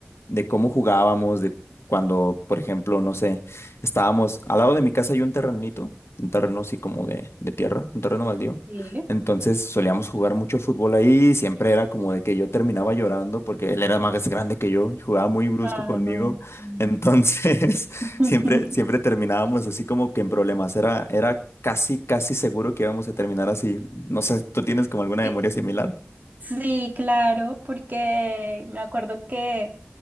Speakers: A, on the left; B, on the right.
A: de cómo jugábamos, de cuando, por ejemplo, no sé, estábamos al lado de mi casa hay un terrenito, un terreno así como de, de tierra, un terreno baldío.
B: Sí.
A: Entonces solíamos jugar mucho fútbol ahí, y siempre era como de que yo terminaba llorando porque él era más grande que yo y jugaba muy brusco
B: Ah,
A: conmigo.
B: mm.
A: Entonces, <laughs>
B: <laughs>
A: siempre, siempre terminábamos así como que en problemas. Era, era casi, casi seguro que íbamos a terminar así. No sé, ¿tú tienes como alguna
B: Y-
A: memoria similar?
B: Sí, claro, porque me acuerdo que,